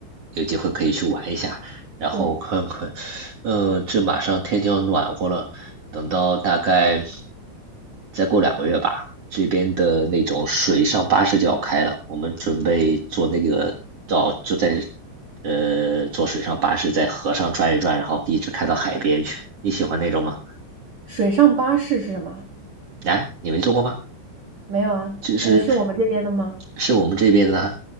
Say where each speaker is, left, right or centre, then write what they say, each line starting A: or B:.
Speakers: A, on the right; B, on the right.
A: 有机会可以去玩一下，然后看看，
B: 对，
A: 嗯，这马上天就要暖和了，等到大概再过两个月吧，这边的那种水上巴士就要开了，我们准备坐那个到就在呃坐水上巴士在河上转一转，然后一直开到海边去。你喜欢那种吗？
B: 水上巴士是什么？
A: 哎，你没坐过吗？
B: 没有啊，
A: 就是
B: 呃，是我们这边的吗？
A: 是我们这边呢，